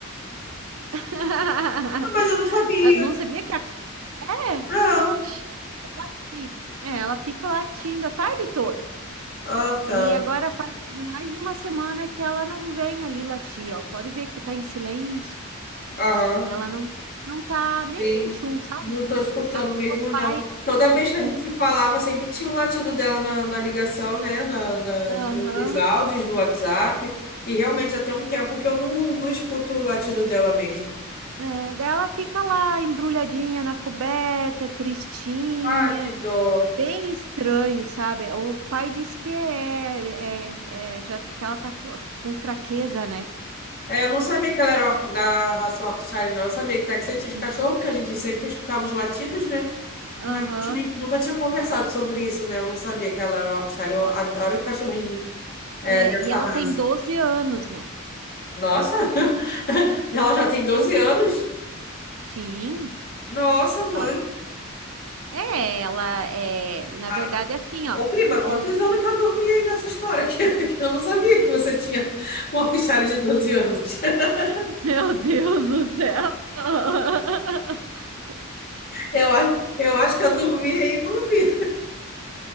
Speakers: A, on the right; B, on the left.
A: <laughs>
B: Ah, mas eu não sabia.
A: Ah, Não sabia que a Quaé?
B: Não.
A: Oxe, ela, te- é, ela fica latindo a tarde toda.
B: Ah, tá.
A: E agora faz mais de uma semana que ela não vem ali latir, ó. Pode ver que tá em silêncio.
B: Aham.
A: Ela não, não tá nem
B: Sim,
A: tchum, sabe?
B: não estou escutando mesmo,
A: O
B: não.
A: pai.
B: Toda vez que a
A: É.
B: gente se falava, sempre tinha um latido dela na, na ligação, né? Na, na-
A: Aham.
B: nos áudios do WhatsApp. E realmente já tem um tempo que eu não, não escuto o latido dela mesmo.
A: É, daí ela fica lá embrulhadinha na coberta, tristinha.
B: Ah, que dó.
A: Bem estranho, sabe? O pai disse que é, é, é, já que ela tá com, com fraqueza, né?
B: É, eu não sabia que ela era or- da raça Yorkshire, não. Eu sabia que Texas tinha de
A: Sim.
B: cachorro, porque a gente sempre escutava os latidos, né? Mas
A: Aham.
B: eu tirei- nunca tinha conversado sobre isso, né? Eu não sabia que ela era Yorkshire. Eu adoro o cachorrinho, é,
A: É,
B: dessa
A: e ela
B: raça.
A: tem doze anos, né?
B: Nossa, <laughs> e ela já tem 12 anos?
A: Sim.
B: Nossa, mãe.
A: Ela- É, ela é, na
B: Ah,
A: verdade é assim, ó.
B: ô, prima, quantos
A: Os...
B: anos que eu dormi aí nessa história? <laughs> Que, que eu não sabia que você tinha um Yorkshire de doze anos. <laughs>
A: <laughs> Meu Deus do céu. <laughs>
B: Eu, a- eu acho que eu dormi aí e não vi.